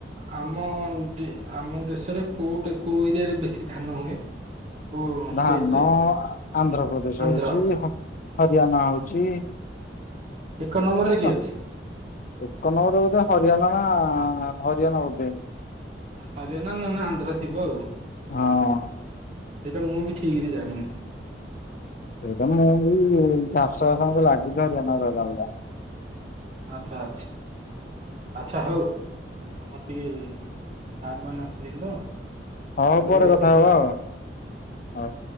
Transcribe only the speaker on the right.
ଆମ ଆମ ଦେଶରେ କୋଉଟ କୋଉ ଏରିଆରେ ବେଶୀ ଧାନ ହୁଏ। କୋଉ ଷ୍ଟେଟ
ରେ
ଆନ୍ଧ୍ର
ଏକ ନମ୍ବର
ରେ କିଏ ଅଛି?
ହରିଆନା ନ ନେ ଆନ୍ଧ୍ର ଥିବ ଆଉ।
ସେଇଟା ମୁଁ ବି ଠିକ୍ ରେ ଜାଣିନି।
ଆଚ୍ଛା ଆଚ୍ଛା। ଆଛା ହଉ ଆମର ଟିକେ ସାର୍ ମନେ ଆସିଲେଣି ତ
ମୁଁ
ଟିକେ ରଖୁଛି